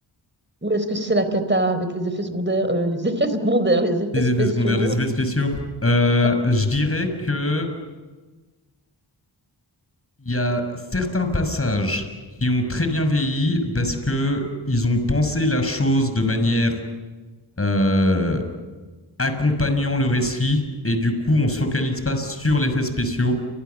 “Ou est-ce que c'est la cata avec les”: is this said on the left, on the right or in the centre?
Right